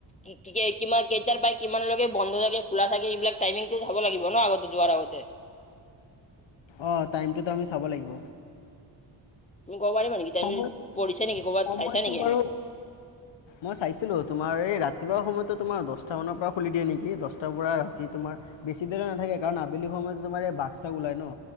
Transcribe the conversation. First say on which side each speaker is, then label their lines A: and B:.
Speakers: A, on the left (about 15°); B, on the left (about 80°).
A: কি কেইটাৰ প কিমানলৈকে। বন্ধ থাকে খোলা থাকে এইবিলাক টাইমিংটো যাব লাগিব ন আগতে যোৱাৰ আগতে।
B: অঁ টাইমটোতো আমি চাব লাগিব
A: তুমি ক'ব পাৰিবা নেকি তুিঢ়িছ
B: সময়
A: নেকি ক'বাত
B: সময়টো
A: চাইছ নেকি এনে
B: বাৰু মই চাইছিলো তোমাৰ এই ৰাতিপুৱা সময়ত তোমাৰ দছটা মানৰ পৰা খুলি দিয়ে নেকি, দছটাৰ পৰা ৰাতি তোমাৰ বেছি দেৰিলৈকে নাথাকে কাৰণ আবেলি সময়তো তোমাৰ এ বাঘ চাক ওলাই ন